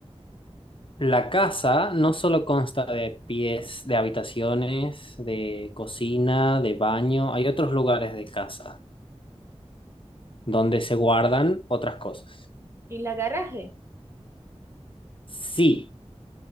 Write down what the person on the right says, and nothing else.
En la garaje,